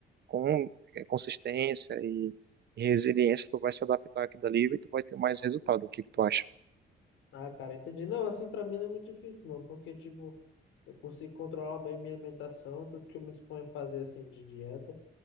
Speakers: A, on the right; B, on the left.
A: com é, consistência e, e resiliência tu vai se adaptar aqui dali e tu vai ter mais resultado. O que que tu acha?
B: Ah, cara, entendi. Não, assim, pra mim não é muito difícil, não, porque, tipo, eu consigo controlar bem minha alimentação, tudo que eu me exponho a fazer, assim, de dieta,